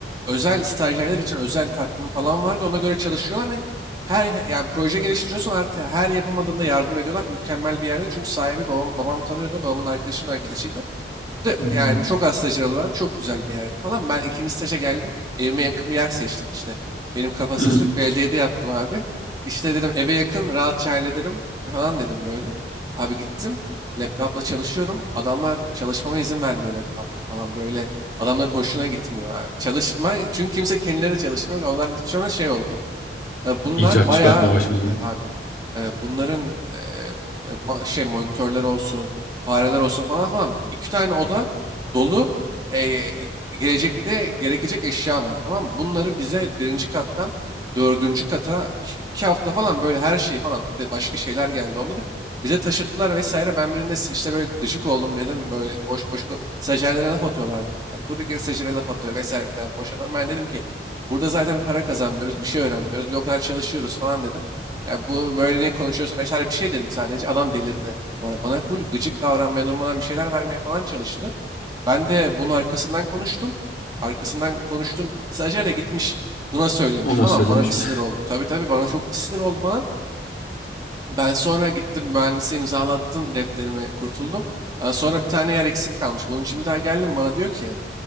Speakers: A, on the right; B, on the left.
A: özel stajyerler için özel takvim falan vardı. Ona göre çalışıyorlar ve her yani proje geliştiriyorsan artık her yapamadığında yardım ediyorlar. Mükemmel bir yerde. Çünkü sahibi babam, babam tanıyordu. Babamın arkadaşının arkadaşıydı. De
B: Hı hı.
A: yani çok az stajyer alıyorlardı. Çok güzel bir yerdi falan. Ben ikinci staja geldim. Evime yakın bir yer seçtim işte. Benim kafasızlık
B: <laughs> Hı hı.
A: belediyede yaptım abi. İşte dedim eve yakın rahatça hallederim falan dedim böyle. Abi gittim. Laptopla çalışıyorum. Adamlar çalışmama izin vermiyor laptopla falan böyle. Adamların hoşuna gitmiyor abi. Çalışma çünkü kimse kendileri de çalışmıyor. Onlar sonra şey oldu. E, bunlar
B: İcat
A: bayağı
B: çıkartma başımıza.
A: evet abi e, bunların e, e, ma- şey monitörler olsun, fareler olsun falan falan iki tane oda dolu e, gelecekte gerekecek eşya var tamam mı? Bunları bize birinci kattan dördüncü kata <laughs> iki iki hafta falan böyle her şey falan bir de başka şeyler geldi onları. Bize taşıttılar vesaire. Ben birinde s- işte böyle gıcık oldum dedim böyle boş boş ko- stajyerlere laf atıyorlardı. Bak durduk yere stajyere laf atıyor vesaire bir tane boş adam. Ben dedim ki Burada zaten para kazanmıyoruz, bir şey öğrenmiyoruz, bir de o kadar çalışıyoruz falan dedim. Yani bu böyle niye konuşuyorsun vesaire bir şey dedim sadece. Adam delirdi. Bu arada bana full gıcık davranmaya, durmadan bir şeyler vermeye falan çalıştı. Ben de bunun arkasından konuştum. Arkasından konuştum. Stajyer de gitmiş buna söylemiş
B: Ona
A: falan.
B: söylemiş
A: Bana bir
B: mi?
A: sinir oldu. Tabii tabii bana çok bir sinir oldu falan. Ben sonra gittim mühendise imzalattım defterimi kurtuldum. Aa, Sonra bir tane yer eksik kalmış. Bunun için bir daha geldim bana diyor ki